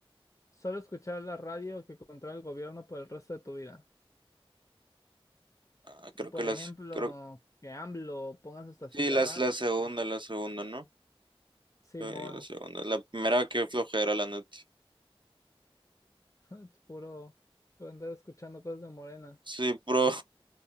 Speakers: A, on the left (about 35°); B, on the right (about 55°).
A: Solo escuchar la radio que controla el gobierno por el resto de tu vida.
B: Ah, creo
A: Por
B: que las...
A: ejemplo,
B: Creo,
A: que AMLO ponga su estación
B: sí,
A: de
B: las,
A: radio.
B: la segunda,
A: Ay,
B: la segunda, ¿no?
A: Simón,
B: Sí, la segunda. La primera, qué flojera, la neta.
A: <laughs> puro, por andar escuchando cosas de morenas.
B: Sí, puro,